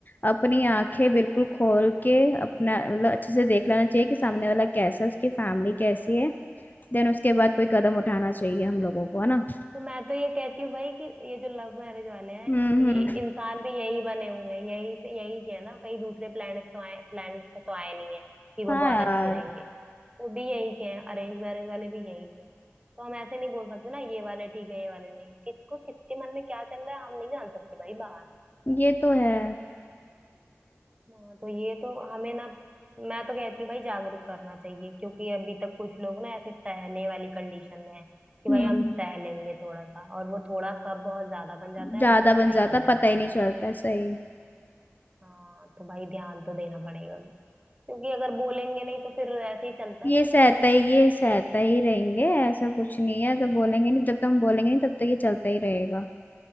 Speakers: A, on the left; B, on the right.
A: अपनी आंखें बिल्कुल खोल के अपना मतलब अच्छे से देख लेना चाहिए कि सामने वाला कैसा है उसकी फैमिली कैसी है देन उसके बाद कोई कदम उठाना चाहिए हम लोगों को है ना
B: तो मैं तो ये कहती हूँ भाई कि ये जो लव मैरिज वाले हैं
A: हम्म
B: ये
A: हम्म
B: इंसान भी यही बने हुए हैं यही से यही के है ना कहीं दूसरे प्लेनेट तो आए प्लेनेट से तो आए नहीं है कि वो
A: हाँ
B: बहुत
A: यार
B: अच्छे रहेंगे वो भी यही के हैं अरेंज मैरिज वाले भी यही के हैं तो हम ऐसे नहीं बोल सकते ना ये वाले ठीक है ये वाले नहीं किसको किसके मन में क्या चल रहा है हम नहीं जान सकते भाई बाहर
A: ये तो है
B: हाँ तो ये तो हमें ना मैं तो कहती हूँ भाई जागरूक करना चाहिए क्योंकि अभी तक कुछ लोग ना ऐसे सहने वाली कंडीशन में है कि
A: हम्म
B: भाई हम सह लेंगे थोड़ा सा और वो थोड़ा कब बहुत ज्यादा बन जाता
A: ज्यादा
B: है उनको
A: बन
B: पता
A: जाता
B: ही नहीं चलता
A: पता ही
B: है
A: नहीं चलता है, सही
B: हाँ तो भाई ध्यान तो देना पड़ेगा क्योंकि अगर बोलेंगे नहीं तो फिर ऐसे ही चलता
A: ये
B: रहेगा
A: सहता ही ये सहता ही रहेंगे ऐसा कुछ नहीं है अगर बोलेंगे नहीं जब तक हम बोलेंगे नहीं तब तक ये चलता ही रहेगा